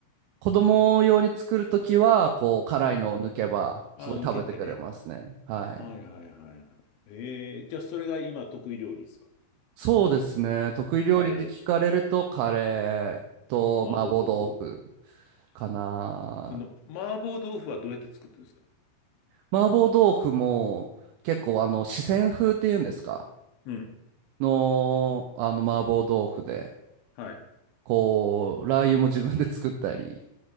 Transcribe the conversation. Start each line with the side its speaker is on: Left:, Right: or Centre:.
Right: 子供用に作るときは、こう、辛いのを抜けば、
Left: うん。ああ、
Right: すごい食べてくれますね。
Left: 抜けてね。
Right: はい。
Left: はいはいはいはい。えー、じゃあそれが今得意料理ですか
Right: そうですね。得意料理って聞かれると、
Left: カレー、
Right: カレーと麻婆豆腐
Left: 麻婆豆腐
Right: かな。
Left: その、麻婆豆腐はどうやって作ってるんですか
Right: 麻婆豆腐も、結構、あの、四川風っていうんですか
Left: うん。
Right: の、あの、麻婆豆腐で、
Left: はい。
Right: こう、ラー油も自分で作ったり。